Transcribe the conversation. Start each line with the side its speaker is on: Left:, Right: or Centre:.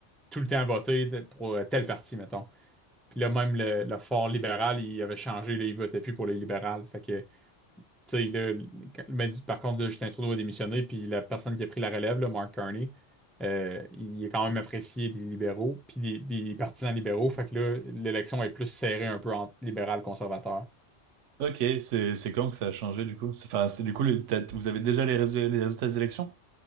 Centre: tout le temps votée de- pour euh, tel parti, mettons. Puis là, même le, le fort libéral, il avait changé, là, il votait plus pour les libérales. Fait que, tu sais, là, quand- mais du- par contre, là, Justin Trudeau a démissionné, puis la personne qui a pris la relève, là, Mark Carney, euh, il est quand même apprécié des libéraux, puis des, des partisans libéraux. Fait que là, l'élection est plus serrée un peu entre libéral conservateur.
Right: Ok, c'est c'est quand que ça a changé du coup? C'est- Enfin, c'est du coup, le- t'as- vous avez déjà les résultats, les résultats des élections?